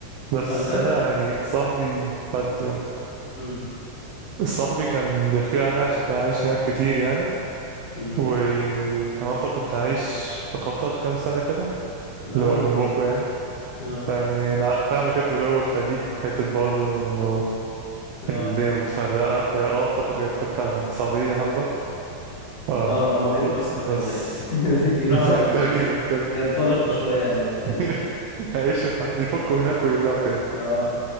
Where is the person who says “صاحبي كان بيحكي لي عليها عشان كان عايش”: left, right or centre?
Right